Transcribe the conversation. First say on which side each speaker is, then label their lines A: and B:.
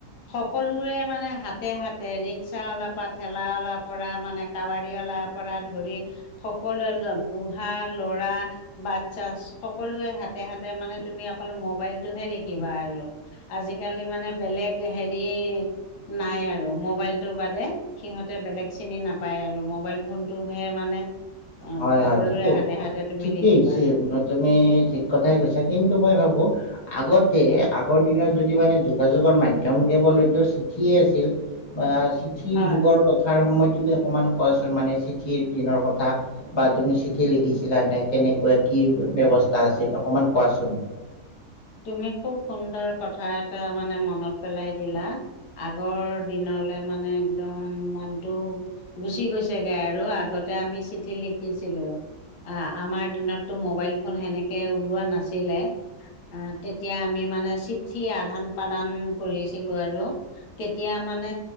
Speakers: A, on the left; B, on the left.
A: সকলোৱে মানে হাত তে হাতে ৰিক্সা অলাৰ পৰা ঠেলা অলাৰ পৰা মানে কাবাৰী অলাৰ পৰা ধৰি সকলোৱে লয় বুঢ়া, লৰা আহ্ বাচ্চা সিস সকলোৰে হাতে হাতে মানে তুমি অকল মোবাইলটোহে দেখিবা আৰু আজিকালি মানে বেলেগ হেৰি নাই আৰু আৰু মোবাইলটোৰ বাদে সিহঁতে বেলেগ চিনি নাপায় আৰু মোবাইল ফোনটোহে মানে অ অ
B: হয় হয়
A: সকলোৰে
B: ঠিকেই
A: হাতে হাতে তুমি
B: ঠিকেই
A: দেখিবা।
B: হৈছে তুমি ঠিক কথাই কৈছা কিন্তু মই ভাবো। আগতে আগৰ দিনত যদি মানে যোগাযোগৰ মাধ্যম কেৱলেতো চিঠিয়েই আছিল। বা চিঠিৰ
A: হয়
B: যুগৰ কথাৰ সময় তুমি অকমান কোৱাচোন মানে চিঠিৰ দিনৰ কথা বা তুমি চিঠি লিখিছিলা নে কেনেকুৱা কি ব্যৱস্থা আছিল অকমান কোৱাচোন।
A: তুমি খুব সুন্দৰ কথা এটা মানে মনত পেলাই দিলা। আগৰ দিনলে মানে একদম মনটো গুচি গৈছেগে আৰু আগতে আমি চিঠি লিখিছিলোঁ। আ আমাৰ দিনততো মোবাইল ফোন সেনেকে ওলোৱা নাছিলে। আ আ তেতিয়া আমি মানে চিঠি আদান-প্ৰদান কৰি আছিলো আৰু আ কেতিয়া মানে